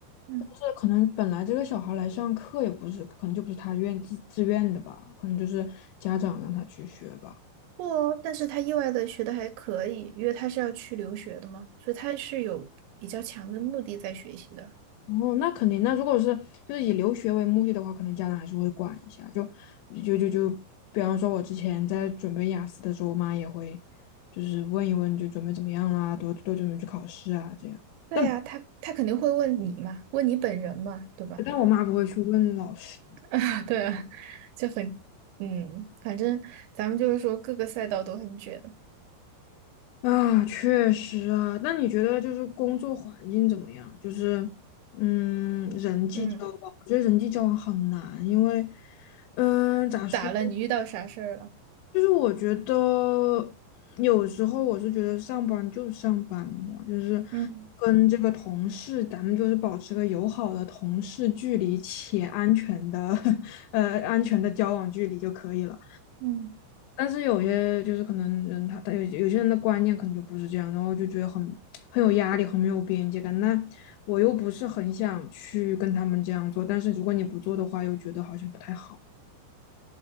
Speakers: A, on the right (about 80°); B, on the left (about 85°).
A: 嗯，
B: 但是可能本来这个小孩来上课也不是，可能就不是他愿自自愿的吧，可能就是家长让他去学吧。
A: 不哦，但是他意外的学的还可以，因为他是要去留学的嘛，所以他是有比较强的目的在学习的。
B: 哦，那肯定。那如果是就是以留学为目的的话，可能家长还是会管一下。就就就就，比方说，我之前在准备雅思的时候，我妈也会就是问一问，就准备怎么样啦，多多准备去考试啊，这样。
A: 对呀，
B: 但
A: 他他肯定会问你嘛，问你本人嘛，对吧？
B: 但我妈不会去问老师
A: <laughs> 对啊，就很，嗯，反正咱们就是说各个赛道都很卷，
B: 啊，确实啊。那你觉得就是工作环境怎么样？就是嗯，人际交往，
A: 嗯。
B: 我觉得人际交往很难，因为嗯、咋说？
A: 咋了？你遇到啥事儿了？
B: 就是我觉得有时候我是觉得上班就上班嘛，就是
A: 嗯
B: 跟这个同事，咱们就是保持个友好的同事距离且安全的 <laughs> 呃安全的交往距离就可以了。
A: 嗯，
B: 但是有些就是可能人他他有有些人的观念可能就不是这样，然后就觉得很很有压力，很没有边界感。那我又不是很想去跟他们这样做，但是如果你不做的话，又觉得好像不太好。